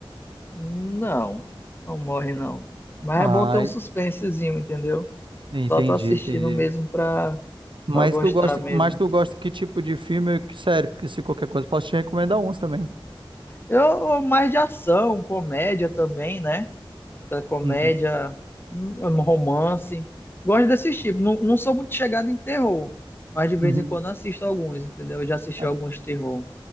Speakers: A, on the left; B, on the right.
A: não, não morre não. Mas
B: Ai,
A: é bom ter um suspensezinho, entendeu?
B: entendi,
A: Só tô assistindo
B: entendi.
A: mesmo pra,
B: Mas
A: pra gostar
B: tu gosta,
A: mesmo.
B: mas tu gosta que tipo de filme ou que série? Porque se qualquer coisa, posso te recomendar uns também.
A: Eu, eu mais de ação, comédia também, né? comédia,
B: Uhum,
A: um um romance. Gosto desses tipos. Não, não sou muito chegado em terror, mas de vez
B: uhum.
A: em quando assisto alguns, entendeu? Eu já assisti
B: Mas
A: alguns terror.